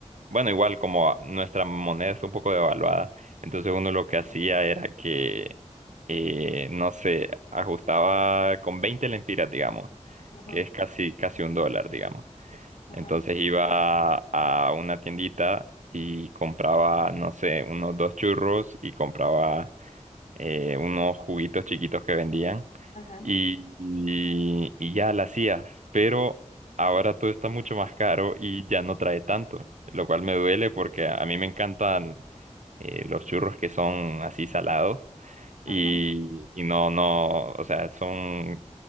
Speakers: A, on the right; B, on the left.
A: bueno, igual como nuestra moneda está un poco devaluada, entonces uno lo que hacía era que, eh, no sé, ajustaba con veinte lempiras, digamos,
B: ajá,
A: que es casi, casi un dólar, digamos.
B: ajá,
A: Entonces iba a una tiendita y compraba, no sé, unos dos churros y compraba eh, unos juguitos chiquitos que vendían
B: ajá,
A: y, y- y ya la hacía. Pero ahora todo está mucho más caro y ya no trae tanto, lo cual me duele porque a a mí me encantan eh, los churros que son así salados y,
B: ajá.
A: y no, no, o sea, son,